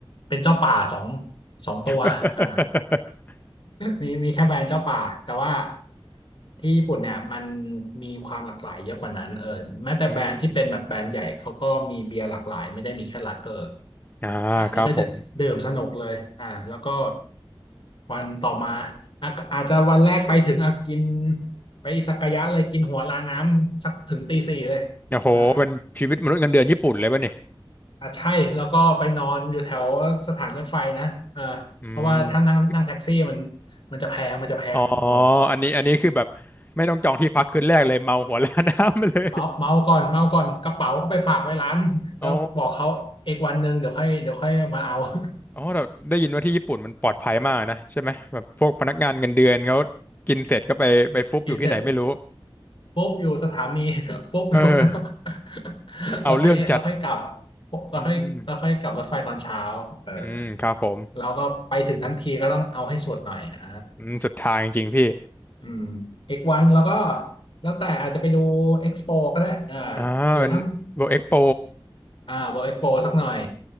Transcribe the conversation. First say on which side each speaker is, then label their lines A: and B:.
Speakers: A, on the left; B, on the left.
A: เป็นเจ้าป่าสองสองตัวอ่า
B: <laughs>
A: มีมีแค่แบรนด์เจ้าป่าแต่ว่าที่ญี่ปุ่นเนี่ยมันมีความหลากหลายเยอะกว่านั้นเออแม้แต่แบรนด์ที่เป็นแบบแบรนด์ใหญ่เขาก็มีเบียร์หลากหลายไม่ได้มีแค่ลาเกอร์
B: อืมอ่าครับผม
A: อ่านี่ก็จะดื่มสนุกเลยอ่าแล้วก็วันต่อมาอ่ะอาจจะวันแรกไปถึงอ่ะกินไปสักกายะเลยกินหัวลาน้ำสักถึงตีสี่เลย
B: โอ้โหเป็นชีวิตมนุษย์เงินเดือนญี่ปุ่นเลยป่ะนี่
A: อ่า อ่ะใช่แล้วก็ไปนอนอยู่แถวสถานรถไฟนะเอ่าเพราะว่าถ้านั่งนั่งแท็กซี่มัน
B: อืม
A: มันจะแพงมันจะแพงเออ
B: อ๋ออันนี้อันนี้คือแบบไม่ต้องจองที่พักคืนแรกเลยเมาหัวล้านน้ำไปเลย
A: เมาเมาก่อนเมาก่อนกระเป๋าก็ไปฝากไว้ร้านแล้วบอกเขาเอกวันหนึ่งเดี๋ยวค่อยเดี๋ยวค่อยมาเอา
B: โอ้
A: <laughs>
B: อ๋อเราได้ยินว่าที่ญี่ปุ่นมันปลอดภัยมากนะใช่ไหมแบบพวกพนักงานเงินเดือนเขากินเสร็จก็ไปไปฟุบอยู่ที่ไหนไม่รู้
A: เอนเสร็จปุ๊ <laughs> บอยู่สถานี <laughs> ปุ๊บอยู่ข้างนอก
B: เออ
A: <laughs>
B: เอาเรื่องจัด
A: แล้วค่อยแล้วค่อยกลับแล้วค่อยแล้วค่อยกลับรถไฟตอนเช้าเออ
B: อืมอืมครับผม
A: เราก็ไปถึงทั้งทีก็ต้องเอาให้สุดหน่อยอ่า
B: อืมสุดทางจริงๆพี่
A: อืมอีกวันแล้วก็แล้วแต่อาจจะไปดูเอ็กซ์โปก็ได้อ่า
B: อ่ามันเวิลด์เอ็กโป
A: หรือถ้าอ่าเวิลด์เอ็กซ์โปสักหน่อย